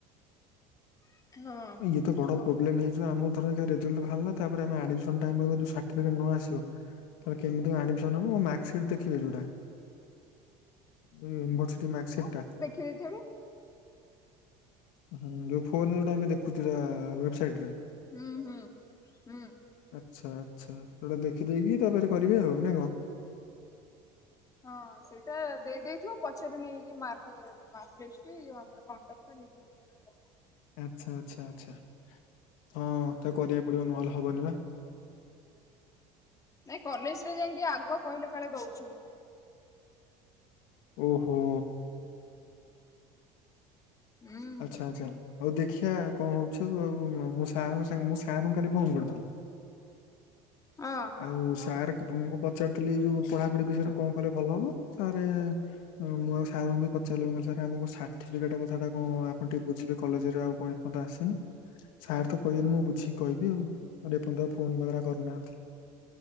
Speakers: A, on the left (about 25°); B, on the left (about 75°).
A: ହଁ।
B: ଏ ତ ବଡ ପ୍ରୋବେଲମ୍ ହେଇଯିବ ଆମର ଧର ଏଇଖାଁ ରେଜଲ୍ଟ ବାହାରିଲା। ତାପରେ ଆମେ ଆଡମିଶନ୍ ଟାଇମ୍ ବେଳକୁ ଯଦି ସିରିଫିକେଟ ନ ଆସିବ ତାହେଲେ କେମିତି ଙ୍କ ଆଡ଼ମସନ୍ ହେବ? ମାର୍କସିଟ୍ ଦେଖିବି ଯେଉଟା? ହୁଁ ୟୁନିଭର୍ସଟି ମାର୍କ ସିଟ୍ ଟା?
A: କେଜାଣି?
B: ହୁଁ ଯୋଉ ଫୋନ ଯୋଉଟ ଆମେ ଦେଖୁଥିଲେ ୱେବସାଇଟ ରେ?
A: ହୁଁ ହୁଁ ହୁଁ।
B: ଆଚ୍ଛା ଆଚ୍ଛା ସେଟା ଦେଖିଦେଇକି ତାପରେ କରିବେ ଆଉ ନା କଣ??
A: ହଁ ସେଇଟା ଦେଇ ଦେଇେଥିବ ପଛରେ ନେଇକି ମାର୍କ ମାର୍କଲିଷ୍ଟ୍ ଯୋଉ ଆମର କଣ୍ଡକ୍ଟ ଟା ଲେ। <unintelligible>
B: ଆଚ୍ଛା ଆଚ୍ଛା ଆଚ୍ଛା। ହଁ ତାକୁ କରିବାକୁ ପଡିବ ନହେଲେ ହବନି ବା।
A: ନାଇଁ କଲେଜ ରେ ଯାଇକି ଆଗୁଆ କହିଲେ କାଳେ ଦଉଛନ୍ତି।
B: ଓ ହୋ।
A: ହୁଁ।
B: ଆଚ୍ଛା ଆଚ୍ଛା ହୋଉ ଦେଖିିବା କଣ ହଉଛୁ ଆ ମୁଁ ସାର ମୁଁ ସାର ଙ୍କୁ କାଲି ଫୋନ କରୁଥିଲି
A: ହଁ।
B: ଆଉ ସାର୍ କୁ ପଚାରୁଥିଲି ଯୋଉ ପଢାପଢି ବିଷୟରେ କଣ କଲେ ଭଲ ହବ ସାରେ ହଁ ଆଉ ସାର ଙ୍କୁବି ପଚାରିଲିି ସାର୍ ଆମ ସାର୍ଟିଫିକେଟ କଥାଟା। ହଁ ଆପଣ ଟିକେ ବୁଝିବେ କଲେଜ ରେ ଆଉ କଣନ ଆସିନି। ସାର ତ କହିଦେଲେ ମୁଁ ବୁଝିକି କହିବି ଆଉ ଏ ପର୍ଯ୍ୟାନ୍ତ ଫୋନ ବେଗେରା କରିନାହାନ୍ତି।